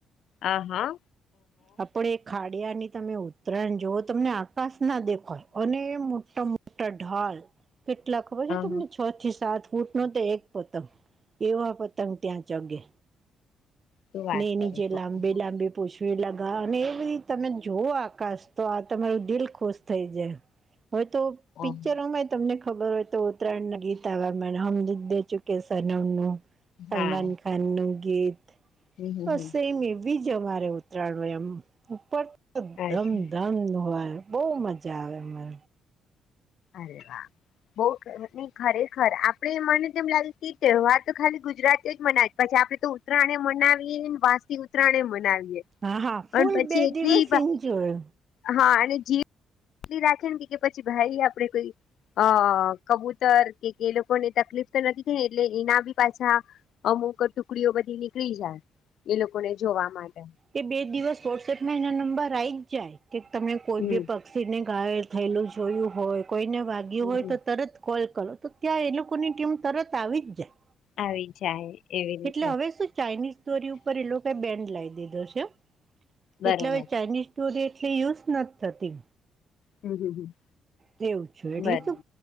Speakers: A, on the left (about 70°); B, on the right (about 35°).
A: આહા!
B: હા પણ એ ખાડિયાની તમે ઉત્ તરાયણ જોવો તમને આકાશ ના દેખય અને મોટા મોટા ઢાલ કેટલા ખબર છે તમને
A: હા
B: છ થી સાત. ફૂટ નો તો એક પતંગ, એવા પતંગ ત્યાં ચગે.
A: શું વાત
B: ને એની
A: કરો
B: જેે
A: છો
B: લાંબે
A: ઓહો,
B: લાંબી પૂછવી લગાવ અને એવરી તમે જોઓ આકાશ તો આ તમારું દિલ ખુશ થઈ જાય. હવે તો પિક્ચરોમાં
A: ઓહો,
B: એ તમને ખબર હોય તો ઉત્તરાયણના ગીત આવા મ હમ દિલ દે ચુકે સનમનું સલમાન
A: હા
B: ખાનનું ગીત.
A: હમ હમ
B: બસ
A: હમ
B: સેમ એવી જ અમારે ઉતરાયણ હોય આમ ઉપર.
A: અચ્છા
B: ધમધમ હોય બહુ મજા આવે અમને.
A: અરે વા! બહુ <inaudible> નહીં ખરેખર આપડે મને તો એમ લાગે કે તહેવાર તો ખાલી ગુજરાતીઓ જ મનાય પછી આપડે તો ઉત્ ઉત્તરાયણ એ મનાવીએ ને વાસી ઉતરાયણ એ મનાવીએ.
B: હા હા ફૂલ
A: અને પછી
B: બે
A: એટલી
B: દિવસ ઇન્જોય.
A: હા અને જી એટલી રાખે ને કે પછી ભાઈ આપણે કોઈ અ કબૂતર કે એ લોકોને તકલીફ તો નથી થઈ ને એટલે એના બી પાછા અમુક ટુકડીઓ બધી નીકળી જાય એ લોકોને જોવા માટે.
B: કે બે દિવસ વોટ્સએપમાં એના નંબર આઈ જ જાય કે તમે કોઈ
A: હમ
B: બી પક પક્ષીને ગાયલ થયેલું જોયું હોય કોઈને વાગ્યું
A: હમ
B: હોય
A: હમ
B: તો તરત કોલ કરો તો ત્યાં એ લોકોની ટીમ તરત આવી જ જાય.
A: આવી જ જાય એવી રીતે.
B: એટલે હવે શું ચાઇનીઝ દોરી ઉપર એ લોકાએ બેન્ડ લાઈ દીધો છે
A: બરોબર
B: એટલે હવે ચાઇનીઝ દોરી એટલી યુઝ નથ થતી.
A: હમ હમ હમ
B: તેવું જ છે એટલે
A: બરોબર
B: શું